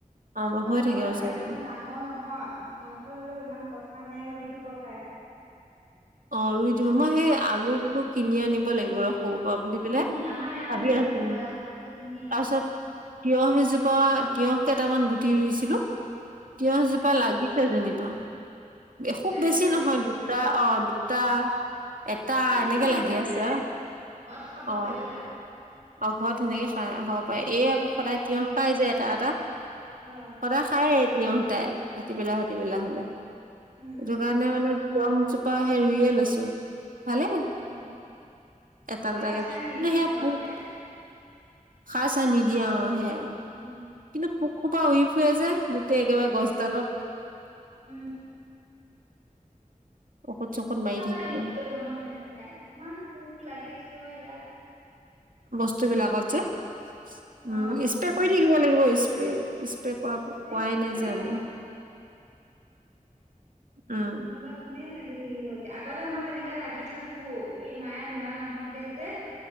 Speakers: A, on the right; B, on the right.
A: অ হৈ
B: আপোনালোকৰ
A: থাকে ওচৰে
B: বাৰীখনন
A: ওচৰে
B: ডাঙৰ নহয় জংঘল হলেও ইমান কথা নাই ৰুই দিব পাৰে।
A: অ ৰুই দিব মই সেই আলু বলু কিনি আনিব লাগিব ৰ ক'ব পাৰ বুলি পেলাই
B: উম আমাৰ ইয়াৰ
A: ভাবি
B: পৰাই লৈ
A: আছো
B: যাব এয়া সচ ধুনীয়া
A: তাৰপিছত তিয়হ এজোপা তিয়হ কেইটামান গুটি ৰুইছিলো তিয়হ
B: অ
A: এজোপা লাগি যেনিবা খুব
B: লাগিছে
A: বেছি নহয় দুটা অ দুটা এটা
B: হে
A: এনেকে
B: তেনেকে
A: লাগি আছে
B: লাগে ঘৰত খাব
A: অ
B: পাৰি আৰু।
A: অ ঘৰত সেনেকে খাই হব পাৰে এই
B: উম
A: আকৌ সদায় তিয়হ খাই যে এটা এটা
B: আহ
A: সদায় খায় এতিহতাই হাটি পেলা সাটি পেলা
B: উম
A: হলে
B: উম
A: সেইটো কাৰণে মানে কিয়মজোপা হেৰুয়ে লৈছো। ভালে
B: উম উম
A: এটাৰ
B: সাৰ
A: জেগাত
B: চাৰ নিদিয়ে
A: কিন্তু সেয়া
B: ঘৰতে।
A: পোক খৰাই চৰাই নিদিয় অ হেয়াই
B: উম
A: কিন্তু পোক খোপা উৰি ফুৰে যে গোটেই একেবাৰে গছডালত
B: উম
A: ঔষধ চৌষধ মাৰি
B: োক
A: থাকিলো
B: একো কৰিব মন নেযায় ইমান পোক লাগে কিয় এতিিয়য়া
A: বস্তু বিলাকত যে উম
B: অ
A: স্প্ৰে কৰি দ দ লাগিব স্প্ৰে স্প্ৰে কৰা
B: সেই
A: কোৱাই নাই
B: এতিয়া
A: যে আমি উম
B: নবাত কোনে লাগি থাকিব এতিয়া আগতে মই তেনেকে লাগি থাকো এই মায়ে বেমাৰ নহওঁতে যে